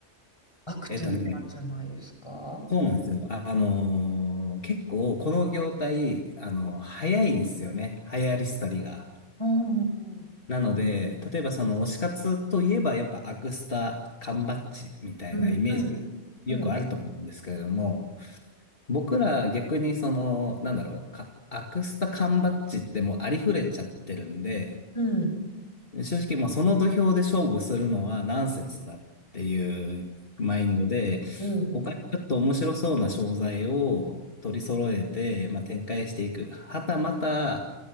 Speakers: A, on the left; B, on the left.
A: アクティブなんじゃないですか
B: えっとね、そうなんですよ。あ、あのー結構この業態、あのー早いんですよね。流行り廃りが。
A: うんうん
B: なので、例えばその推し活といえばやっぱアクスタ、缶バッジみたいなイメージがよくあると思うんですけれども、
A: うんうん
B: 僕ら逆にその、なんだろう、か、アクスタ、缶バッジってもうありふれちゃってるんで、
A: うん
B: 正直もうその土俵で勝負するのはナンセンスだっていうマインドで、
A: うん
B: 他にちょっと面白そうな商材を取り揃えて、まあ、展開していく。はたまた、